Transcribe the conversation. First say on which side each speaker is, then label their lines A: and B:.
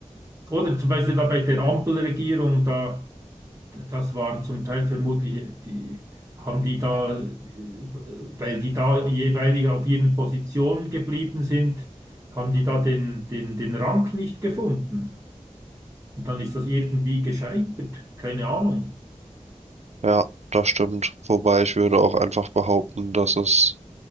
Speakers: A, on the right; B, on the right.
A: Oder zum Beispiel da bei der Ampelregierung, da, das waren zum Teil vermutlich, die haben die da, äh, weil die da jeweilig auf ihren Positionen geblieben sind, haben die da den, den, den Rang nicht gefunden. Und dann ist das irgendwie gescheitert. Keine Ahnung.
B: Ja, das stimmt. Wobei ich würde auch einfach behaupten, dass es